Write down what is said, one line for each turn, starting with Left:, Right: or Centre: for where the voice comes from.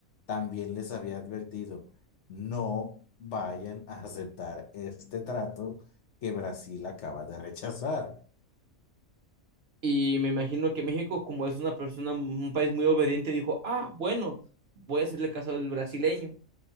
Left: también les había advertido, no vayan a aceptar este trato que Brasil acaba de rechazar.
Right: Y me imagino que México, como es una persona, un país muy obediente, dijo, ah, bueno, voy a hacerle caso al brasileño.